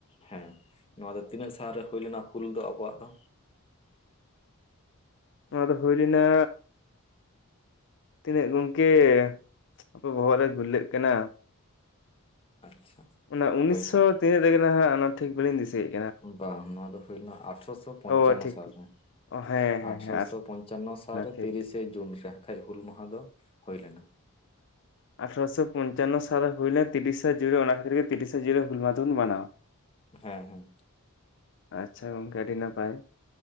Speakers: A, on the left; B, on the left.
A: ᱦᱮᱸ ᱱᱚᱣᱟ ᱫᱚ ᱛᱤᱱᱟᱹᱜ ᱥᱟᱨ ᱨᱮ ᱦᱩᱭ ᱞᱮᱱᱟ ᱦᱩᱞ ᱫᱚ ᱟᱵᱚᱣᱟᱜ ᱫᱚ?
B: ᱱᱚᱣᱟ ᱫᱚ ᱦᱩᱭ ᱞᱮᱱᱟ ᱛᱤᱱᱟᱹᱜ ᱜᱚᱢᱠᱮ ᱦᱟᱯᱮ ᱵᱚᱦᱚᱜ ᱨᱮ ᱜᱩᱨᱞᱟᱹᱜ ᱠᱟᱱᱟ᱾
A: ᱟᱪᱪᱷᱟ᱾
B: ᱚᱱᱟ ᱩᱱᱤᱥᱥᱚ
A: ᱦᱳᱭ ᱛᱚ
B: ᱛᱤᱱᱟᱹᱜ ᱨᱮᱜᱮ ᱱᱟᱦᱟᱸᱜ ᱟᱱᱟ ᱴᱷᱤᱠ ᱵᱟᱹᱞᱤᱧ ᱫᱤᱥᱟᱹᱭᱮᱜᱼᱼ
A: ᱵᱟᱝ ᱱᱚᱣᱟ ᱫᱚ ᱦᱩᱭ ᱞᱮᱱᱟ ᱟᱴᱷᱨᱚᱥᱚ ᱯᱚᱧᱪᱟᱱᱱᱚ
B: ᱚ ᱴᱷᱤᱠ
A: ᱥᱟᱞ
B: ᱴᱷᱤᱠ
A: ᱨᱮ᱾
B: ᱚ ᱦᱮᱸ ᱦᱮᱸ
A: ᱟᱴᱷᱨᱚᱥᱚ
B: ᱦᱮᱸ
A: ᱯᱚᱧᱪᱟᱱᱱᱚ ᱥᱟᱞ ᱨᱮ
B: ᱴᱷᱤᱠ
A: ᱛᱤᱨᱤᱥᱮ
B: ᱴᱷᱤᱠ
A: ᱡᱩᱱ ᱨᱮ ᱠᱷᱟᱡ ᱦᱩᱞ ᱢᱟᱦᱟᱹ ᱫᱚ ᱦᱳᱭ ᱞᱮᱱᱟ᱾
B: ᱟᱴᱷᱨᱚᱥᱚ ᱯᱚᱧᱪᱟᱱᱱᱚ ᱥᱟᱞ ᱨᱮ ᱦᱩᱭ ᱞᱮᱱ ᱛᱤᱨᱤᱥᱟ ᱡᱩᱱ ᱨᱮ ᱚᱱᱟ ᱠᱷᱟᱹᱛᱤᱨ ᱛᱤᱨᱤᱥᱟ ᱡᱩᱱ ᱨᱮ ᱦᱩᱞ ᱢᱟᱦᱟᱸ ᱫᱩᱵᱩᱱ ᱢᱟᱱᱟᱣᱟ᱾
A: ᱦᱮᱸ ᱦᱮᱸ᱾
B: ᱟᱪᱪᱷᱟ ᱜᱚᱢᱠᱮ ᱟᱹᱰᱤ ᱱᱟᱯᱟᱭ᱾